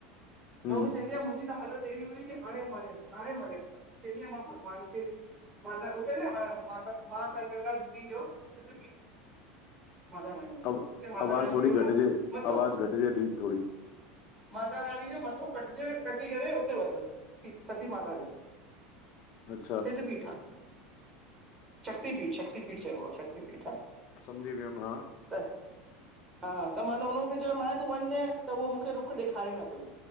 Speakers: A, on the left (about 50°); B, on the right (about 25°).
A: हम्म
B: चवंदी आहे मुंहिंजी हालत अहिड़ी हुई त हाणे मारे हाणे मारे चइंदी हुअम मां भॻवान खे माता उते न माता गंगा देवी जो सिध पीठ आहे माता रानी जो
A: अब
B: उते माता
A: आवाज़
B: रानी
A: थोरी
B: जो न
A: घटिजे
B: मथो
A: आवाज़ घटिजे थी थोरी
B: माता रानी जे मथो कटिजी करे उते पियो सती माता जो
A: अच्छा
B: सिध पीठ आहे शक्ति पीठ शक्ति पीठ चइबो आहे। पीठ आ
A: समझी वियमि मां
B: त हा त मान हुन खे चयो तूं वञ त हू मूंखे रुख ॾेखारे न पई